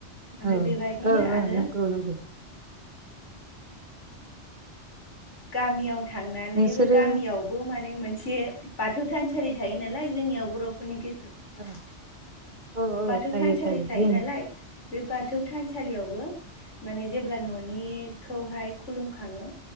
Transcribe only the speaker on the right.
औ
औ
नंगौ औ नंगौ।
नोंसोरो
औ औ
थायो
जोंनि